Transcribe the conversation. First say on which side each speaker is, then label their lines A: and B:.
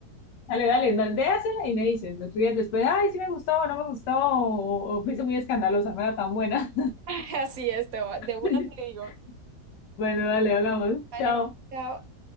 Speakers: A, on the left (about 85°); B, on the right (about 65°).
A: Dale, dale, déjasela y me dices, me estudias después, ay, sí me gustó, o no me gustó, o, o fuiste muy escandalosa, no era tan buena.
B: <laughs> Así es, te de
A: <laughs>
B: una te digo.
A: Bueno, dale, hablamos,
B: Vale,
A: chao.
B: chao.